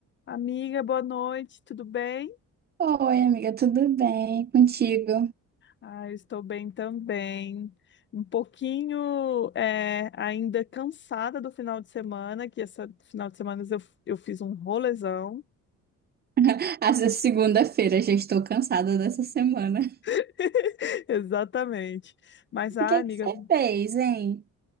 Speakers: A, on the left; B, on the right.
A: Amiga, boa noite, tudo bem?
B: Oi, amiga, tudo bem contigo?
A: Ah, eu estou bem também. Um pouquinho é, ainda cansada do final de semana, que esse final de semana eu, eu fiz um rolezão.
B: <laughs> Essa segunda-feira já estou cansada dessa semana. <laughs>
A: <laughs> Exatamente. Mas, ah,
B: O que é
A: amiga,
B: que você fez, hein?